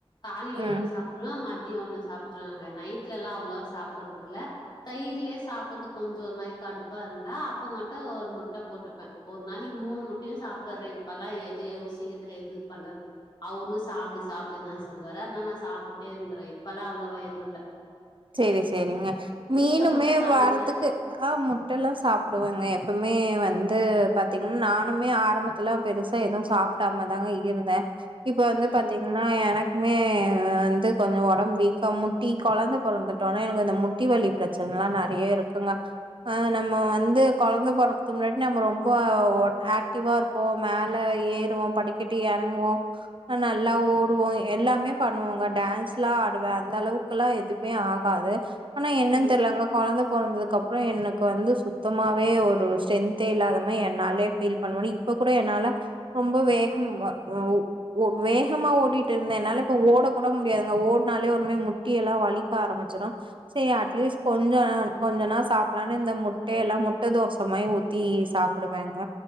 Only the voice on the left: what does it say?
காலையில
ஒண்ணு சாப்டுருவே மதிய ஒண்ணு சாப்டுருவேங்க நைட் நைட்லல்லா அவ்ளவா சாப்பட்றது இல்ல தயிர்லயே சாப்பிட்றது கொஞ்சொ ஒரு மாரி கடுப்பா இருக் இருந்தா அப்ப மட்டு ஒரு முட்ட போட்டுப்பே ஒரு நாளைக்கு மூணு முட்டயூ சாப்பிட்ரோ இப்பல்லா எதுயூ யோசிக்கிர்த் இதில எதுவூ பண்றத் அவரூ சாப்டு சாப்டுன்தா சொல்லுவாரு அத்னால நா சாப்ட்டே இருந்துர்வே இப்பெலா அவ்ளவா எதூ இல்ல
நீங்க முட்ட சாப்டுவீங்களா
ம்
ம்